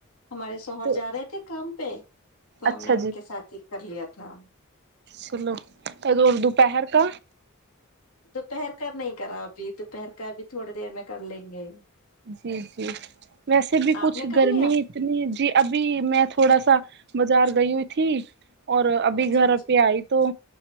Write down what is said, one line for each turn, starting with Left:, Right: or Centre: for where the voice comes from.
Left: ہمارے سو
Right: تو
Left: جا رہے تھے کام پہ تو
Right: اچھا
Left: ہم نے ان
Right: جی
Left: کے ساتھ ہی کر لیا تھا
Right: چلو اور دوپہر کا
Left: دوپہر کا نہیں کرا ابھی دوپہر کا بھی تھوڑی دیر میں کر لیں گے
Right: جی جی ویسے بھی کچھ
Left: آپ نے کر
Right: گرمی
Left: لیا
Right: اتنی جی ابھی میں تھوڑا سا بازار گئی ہوئی تھی اور ابھی
Left: اچھا
Right: گھر
Left: اچھا
Right: پہ آئی تو